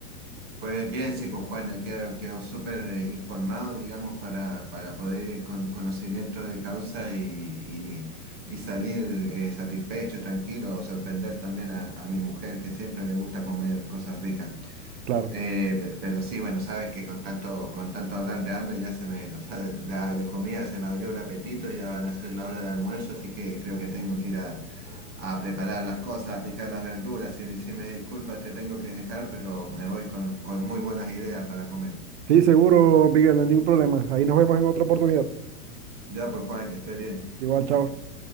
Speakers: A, on the right; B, on the right.
A: Pues bien, sí, pues Juan, ya quedo, quedo súper eh, informado, digamos, para, para poder ir con conocimiento de causa y, y- y salir eh, satisfecho, tranquilo, sorprender también a, a mi mujer que siempre le gusta comer cosas ricas.
B: Claro.
A: Eh, pe- pero sí, bueno, sabes que con tanto, con tanto hablar de hambre ya se me, o sea, de, de- de comida se me abrió el apetito, ya van a ser la hora de almuerzo, así que creo que tengo que ir a a preparar las cosas, a picar las verduras. Si, si me disculpas, te tengo que dejar, pero me voy con, con muy buenas ideas para comer.
B: Sí, seguro, Miguel, no hay ningún problema. Ahí nos vemos en otra oportunidad.
A: Ya, pues Juan, que estés bien.
B: Igual, chao.